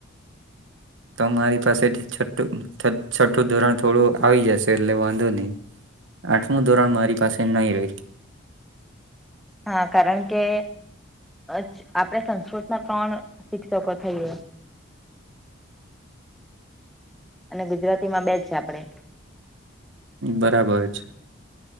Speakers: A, on the right; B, in the centre.
A: તો મારી પાસેથી છઠઠું છઠ્ઠું ધોરણ થોડું આવી જશે એટલે વાંધો નહીિ આઠમું ધોરણ મારી પાસે નહી રહે
B: હા કારણ કે આપણે સંસ્કૃતમાં પણ શિક્ષકો થઈએ અને ગુજરાતી માં બે જ છે આપડે
A: બરાબર છે